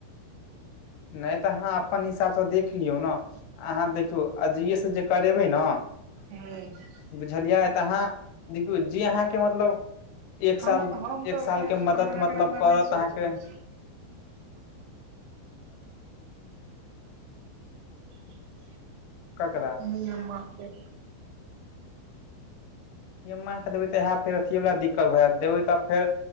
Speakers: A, on the left (about 80°); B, on the right (about 85°).
A: नहि तऽ आहाँ आप अपन हिसाबसँ देख लियौ ने अहाँ देखियौ अज से जे करेबै ने
B: ह
A: बुझलियै तऽ अहाँ दू जी अहाँके मतलब एक साल
B: हम
A: एक
B: तऽ
A: साल
B: एकरा
A: के मदद मतलब
B: लए
A: करत
B: नहि सोचनेे
A: अहाँके
B: छी <unintelligible>
A: ककरा
B: कन्हैया मा के
A: माे देबै तऽ इह फेर अथीवला दिक् देबै तब फेर